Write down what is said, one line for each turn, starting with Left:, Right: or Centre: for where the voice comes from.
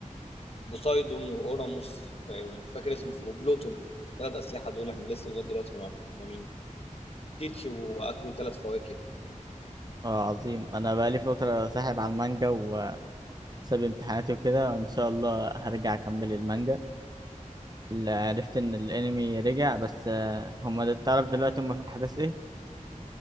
Left: بوسايدون وأورانوس فاهم مش فاكر اسم وبلوتون ثلاث أسلحة دول إحنا لسه لغاية دلوقتي ما نعرفش هما مين تيتش وأكلوا ثلاث فواكه
Right: اه عظيم انا بقالي فترة ساحب على المانجا وساب امتحاناتي وكده ان شاء الله هرجع اكمل المانجا اللي عرفت ان الانمي رجع بس آه، هما د- تعرف دلوقتي هما في احداث ايه